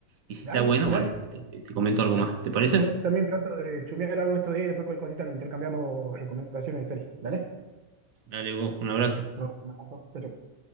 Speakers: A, on the right; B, on the right.
A: si
B: Dale,
A: está bueno,
B: dale,
A: bueno, te, te- te comento algo
B: dale.
A: más. ¿Te
B: Listo.
A: parece?
B: Yo también trato de chumear algo estos días y después cualquier cosita nos intercambiamos recomendaciones de series. Dale.
A: Dale vos, un abrazo.
B: No, un abrazo. Chau, chau.